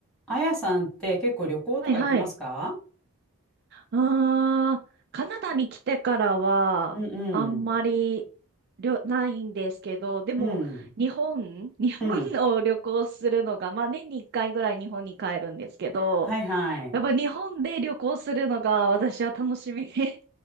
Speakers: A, in the centre; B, on the right.
A: あやさんって結構旅行とか行きますか
B: はいはい。あー、カナダに来てからは、
A: うんうん。
B: あんまりりょ、ないんですけど、でも、
A: うん。
B: 日本、<laughs> 日本を旅行するのが、
A: うん。
B: まあ年に1回ぐらい日本に帰るんですけど、
A: はいはい。
B: やっぱ日本で旅行するのが私は楽しみ、<laughs>